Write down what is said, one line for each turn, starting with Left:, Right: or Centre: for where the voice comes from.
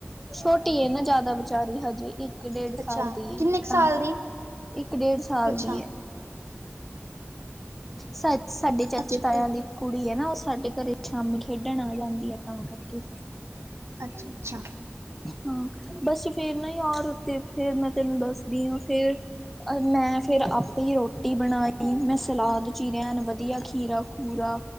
Centre: ਛੋਟੀ ਹੈ ਨਾ ਜ਼ਿਆਦਾ। ਦਾ ਵਿਚਾਰੀ ਹਜੇ ਇੱਕ ਡੇਢ ਸਾਲ
Right: ਅੱਛਾ
Centre: ਦੀ
Right: ਕਿੰਨੇ ਕੁ
Centre: ਤਾਂ
Right: ਸਾਲ
Centre: ਕਰ
Right: ਦੀ
Centre: ਕੇ, ਇੱਕ ਡੇਢ ਸਾਲ
Right: ਅੱਛਾ
Centre: ਦੀ ਏ। ਸਾ ਸਾਡੇ ਚਾਚੇ
Right: ਅੱਛਾ
Centre: ਤਾਇਆ
Right: ਫਿਰ
Centre: ਦੀ ਕੁੜੀ ਹੈ ਨਾ, ਉਹ ਸਾਡੇ ਘਰੇ ਸ਼ਾਮੀ ਖੇਡਣ ਆ ਜਾਂਦੀ ਹੈ। ਅ ਕਰਕੇ
Right: ਅੱਛਾ, ਅੱਛਾ।
Centre: ਹਾਂ ਬਸ ਫੇਰ ਨਾ ਯਾਰ ਉੱਤੇ ਫਿਰ ਮੈਂ ਤੈਨੂੰ ਦੱਸਦੀ ਹਾਂ ਫੇਰ ਮੈਂ ਫੇਰ ਆਪੇ ਰੋਟੀ ਬਣਾਈ, ਮੈਂ ਸਲਾਦ ਚੀਰੀਆ ਐਣ ਵਧੀਆ ਖੀਰਾ ਖੂਰਾ